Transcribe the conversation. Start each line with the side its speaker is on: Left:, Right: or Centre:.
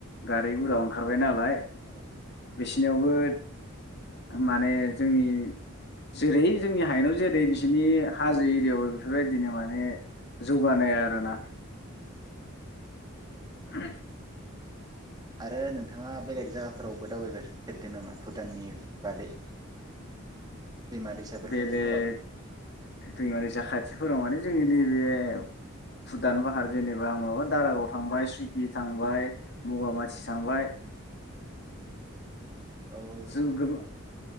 Left: गारि गुरा ओंखारबाय नालाय
Right: औ। <inaudible>
Left: बिसिनियावबो माने जोंनि जेरै जोंनि हायननाव जेरै बिसिनि हाजो एरियायावबो बेफोरबायदिनो माने जौगानाय आरो ना?
Right: औ औ
Left: <unintelligible>
Right: आरो नोंथाङा बेलेग जायगाफोरावबो दावबायफेरदों नामा भुटाननि बादै? दैमा दैसाफोर
Left: बेलेक
Right: खाथिफोराव?
Left: दैमा - दैसा खाथियाव फोराव माने जोंनि नैबे भुटान भाहार जेनेबा माबा दारागाव थांबाय सुइगि थांबाय मगामासि
Right: औ
Left: थांबाय
Right: औ
Left: जोगोम